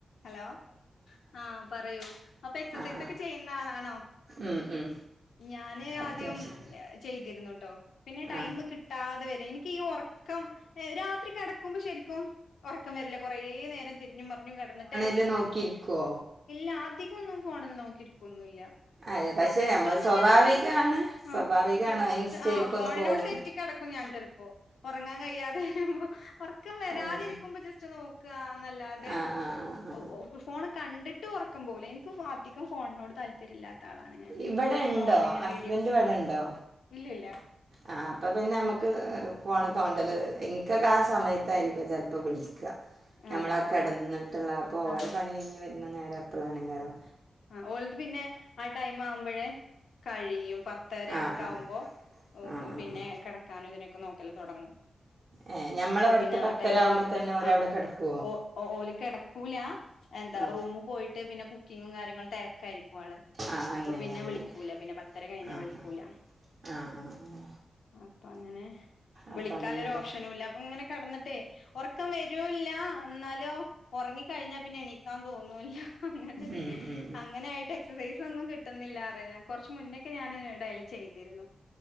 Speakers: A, on the left (about 85°); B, on the right (about 45°).
A: Hello ആ പറയു അപ്പ എക്‌സസൈസൊക്കെ
B: ആ ആ
A: ചെയ്യുന്ന ആളാണോ?
B: ഉം ഉം
A: ഞാന്
B: അത്യാവശ്യം
A: ആദ്യം എ ചെയ്ത് ഇരുന്നു ട്ടൊ പിന്നെ ടൈംമ്
B: ആ
A: കിട്ടാതെ വരേ ക് ഈ ഒറക്കം ഹ് രാത്രി കെടക്കുമ്പം ശരിക്കും ഒർക്കം വരില്ലേ കൊറേ നേരം ചെരിഞ്ഞും മറിഞ്ഞും കെടന്ന്
B: ല് നോക്കിര്കോ
A: യാതികുന്നും ഫോണിൽ നോക്കിര്ക്കൊന്നുല്ല
B: അത് പക്ഷെ
A: എ ജസ്റ്റൊന്ന്ങ്ങനെ
B: നമ്മൾ സ്വാഭാവികമാണ്
A: നോക്കി അ
B: സ്വാഭാവികമാണ്
A: ജസ്റ്റ്
B: ഇൻസ്റ്റയിലേക്കൊന്ന്
A: ആ ഫോണിനോട്
B: പോവും
A: തെറ്റിക്കെടക്കും ഞാൻ ചെൽപ്പോ. ഒർങ്ങാ കയ്യാതെ ഒർക്കം വരാതെരിക്കുമ്പ
B: അതെ
A: ജസ്റ്റൊന്ന് നോക്കാ അങ്ങെല്ലാതെ
B: ആ ആ ആ ആ
A: ഔ ഒ ഫു ഫോണ് കണ്ട് ട്ടും ഒറക്കം പോവുല എൻക് ഫധികം ഫോൺനോട്‌ താല്പര്യലാ തളാണ് ഞാന്
B: ഇവിടെ ഉണ്ടോ
A: ഫോൺല്ങ്ങനെ
B: ഹസ്ബൻഡ്
A: വീഡിയോസ്
B: ഇവിടെ
A: ങ്ങെ
B: ഉണ്ടോ
A: ഇല്ലല്ലാ
B: ആ അപ്പത്തെന്നെ അമ്മക് ഹ് ഹ് ഫോണ്
A: ആഹ്
B: തോണ്ടല് ഇൻക്കൊക്കെ ആ സമയത്തായിരിക്കു ചെൽപം വിളി ക ഞമ്മളാ
A: ആഹ് ആഹ്
B: കടന്നിട്ട് ള്ള ആ ഇപ്പോരെ
A: ആഹ്
B: പണി കഴിഞ് വ ര്ണ നേരം അപ്പളാണയ്ക്കാരം
A: ആ ഓലത് പിന്നെ ആ ടൈം ആവുമ്പയെ കഴിയും പത്തര
B: ആ
A: ഒക്കെ
B: ആ
A: ആവുമ്പോ വും
B: ആ ആ ആ
A: പിന്നെ കെടക്കാനും ഇതിനൊക്കെ ൽ തൊടങ്ങും
B: ഏ ഞമ്മളവിടുത്തെ
A: അപ്പം പിന്നെ ആ
B: പത്തര
A: ടൈമില്
B: ആവുമ്പോ
A: വിളിക്കും
B: തന്നെ ഓരവിടെ
A: ആ
B: കിടക്കുവോ
A: ഓ ഓല് കെടക്കൂല എന്താ
B: ആ
A: റൂമിൽ പോയിട്ട് പിന്നെ കുക്കിങ്ങും കാര്യങ്ങളും തെരക്കായിരിക്കും
B: ആ
A: അപ്പം
B: അങ്ങനെ
A: പിന്നെ
B: അങ്ങനെ
A: വിളിക്കൂല പിന്നെ പത്തര കഴിഞ്ഞാൽ
B: ആ
A: വിളിക്കൂല
B: ആ ആ ആ ആ
A: അപ്പങ്ങനെ വിളിക്കാൻള്ളൊരു
B: അപ്പൊ അങ്ങനെല്ലേ
A: ഓപ്ഷനൂല്ല അപ്പങ്ങനെ കെടന്നിട്ടേ ഒറക്കം വരൂല്ല ന്നാലോ ഒറങ്ങി കഴിഞ്ഞാൽ പിന്നെ എണീക്കാൻ തോന്നൂല്ല അങ്ങനൊരു
B: ഉം ഉം
A: അങ്ങനായിട്ട് എക്സസൈസ് ഒന്നും കിട്ടുന്നില്ലാ പറയ ഞാൻ കുറച്ച് മുന്നേക്കെ ഞൻ ഡയൽ ചെയ്തിരുന്നു